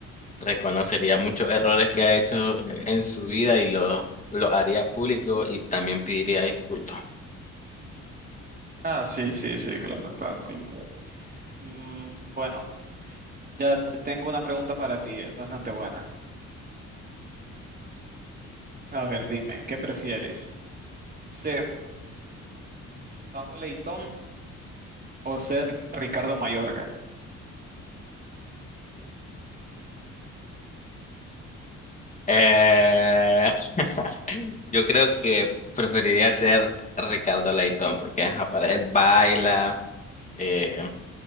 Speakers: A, on the left; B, on the right.
A: reconocería muchos errores que ha hecho en su vida y los lo haría público y también pediría disculpas.
B: Ah, sí, sí, sí, claro, claro. sí. Mm, bueno, ya t- tengo una pregunta para ti, es bastante buena. A ver, dime, ¿qué prefieres? ¿Ser Gustavo Leitón o ser Ricardo Mayorga?
A: Eh, <laughs> yo creo que preferiría ser Ricardo Leitón porque ajá, para él baila, eh,